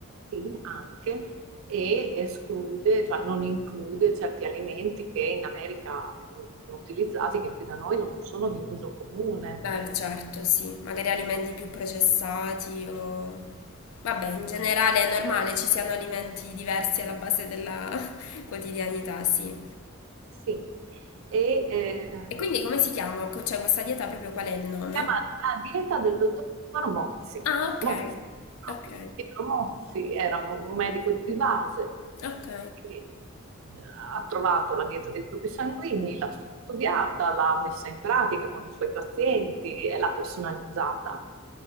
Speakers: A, on the right (about 65°); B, on the left (about 75°).
A: Sì, anche, e esclude, cioè non include certi alimenti che in America vengono utilizzati, che qui da noi non sono di uso comune.
B: Beh, certo, sì, magari alimenti più processati o... Vabbè, in generale è normale ci siano alimenti diversi alla base della <laughs> quotidianità, sì.
A: Sì, e eh,
B: E quindi come si chiama? Co- Cioè, questa dieta proprio qual è il nome?
A: chiama La dieta del dottor Mozzi.
B: Ah, ok,
A: Mozzi, proprio.
B: ok,
A: Pietro Mozzi era un medico di base
B: ok.
A: che eh, ha trovato la dieta dei gruppi sanguigni, l'ha studiata, l'ha messa in pratica con i suoi pazienti e l'ha personalizzata.